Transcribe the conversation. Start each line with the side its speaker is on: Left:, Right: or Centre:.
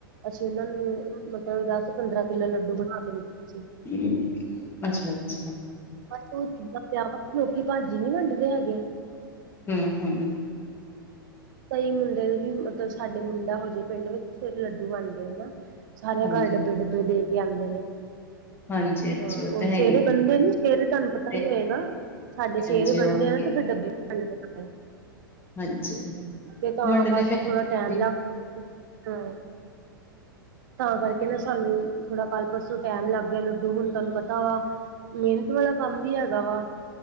Right: ਅਸੀਂ ਓਹਨਾਂ ਨੂੰ ਮਤਲਬ ਦਸ ਪੰਦਰਾਂ ਕਿੱਲੋ ਲੱਡੂ ਬਣਾ ਕੇ ਦਿੱਤੇ ਸੀ।
Left: <unintelligible> ਅੱਛਾ ਅੱਛਾ।
Right: ਬਸ ਓਹ ਜਿੱਦਾਂ ਵਿਆਹ ਵਾ 'ਚ ਲੋਕੀ ਭਾਜੀ ਨੀ ਵੰਡਦੇ ਹੈਗੇ।
Left: ਹੂ ਹੂ।
Right: ਕੋਈ ਮੁੰਡੇ ਵੀ ਮਤਲਬ ਸਾਡੇ ਮੁੰਡਾ ਹੋ ਜੇ ਪਿੰਡ ਵਿੱਚ, ਫੇਰ ਲੱਡੂ ਵੰਡਦੇ ਹਨਾ। ਸਾਰੇਆਂ
Left: ਹਾਂਜੀ।
Right: ਕਾਰਡ ਪਿੰਡ ਨੂੰ ਦੇ ਕੇ ਆਂਦੇ ਨੇ
Left: ਹਾਂਜੀ-ਹਾਂਜੀ
Right: ਹਾ ਓਹ
Left: ਉਹ ਤਾਂ ਹੈ
Right: ਸੇਰੇ
Left: ਹੀ
Right: ਬੰਦੇ ਨੀ ਸ਼ੇਹਰੇ ਤੁਹਾਨੂੰ ਪਤਾ
Left: ਹੈ
Right: ਹੀ ਹੋਏਗਾ, ਸਾਡੇ ਸ਼ੇਹਰੇ
Left: ਹਾਂਜੀ
Right: ਬੰਦੇ
Left: ਓਕੇ
Right: ਆ ਤੇ ਫੇਰ ਡੱਬੇ ਵੀ ਵੰਡਦੇ
Left: ਹਾਂਜੀ।
Right: ਤੇ ਤਾਂ
Left: ਵੰਡਣੇ
Right: ਬਸ
Left: ਪੈਂਦੇ
Right: ਥੋੜਾ ਟਾਈਮ ਲੱਗ ਹੂ ਤਾਂ ਕਰਕੇ ਨਾ ਸਾਨੂੰ ਥੋੜਾ ਕੱਲ੍ਹ ਪਰਸੋਂ ਟੈਮ ਲੱਗ ਗਿਆ ਲੱਡੂ ਹੂਨ ਤੁਹਾਨੂੰ ਪਤਾ ਵਾ ਮਿਹਨਤ ਵਾਲਾ ਕੰਮ ਵੀ ਹੈਗਾ ਵਾ